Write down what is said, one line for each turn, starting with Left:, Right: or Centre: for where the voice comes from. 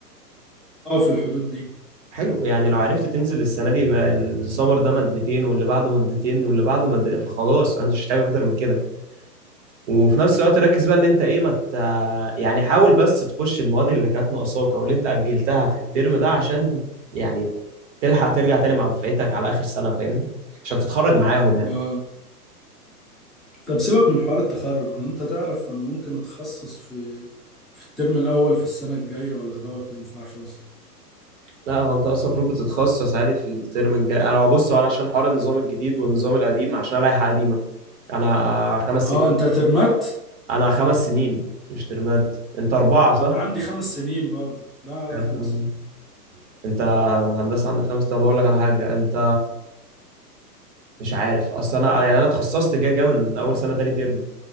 Centre: أه في الحدود دي
Right: حلو يعني لو عرفت تنزل السنه دي ما- السمر ده مادتين واللي بعده مادتين واللي بعده مادتين فخلاص انا مش محتاج اكتر من كده وفي نفس الوقت ركز بقى ان انت ايه ما مت... يعني حاول بس تخش المواد اللي كانت ناقصاك او اللي انت اجلتها في الترم ده عشان يعني تلحق ترجع تاني مع دفعتك على اخر سنه فاهمني عشان تتخرج معاهم يعني
Centre: أه طب سيبك من حوار التخرج هو أنت تعرف أنا ممكن أتخصص في في الترم الأول في السنة الجاية ولا دوت ما ينفعش أصلا
Right: لا هو انت اصلا المفروض بتتخصص عادي في الترم الجاي انا بص هو انا عشان حوار النظام الجديد والنظام القديم عشان انا لائحه قديمه انا خمس
Centre: أه
Right: سنين
Centre: أنت ترمت
Right: انا خمس سنين مش ترمات انت اربعه
Centre: أ-
Right: صح؟
Centre: أنا عندي خمس سنين برضو لا
Right: بجد
Centre: خمسة
Right: انت هندسه عندك خمس طب اقول لك على حاجه انت مش عارف اصل انا يعني انا اتخصصت كده كده من اول سنه تاني ترم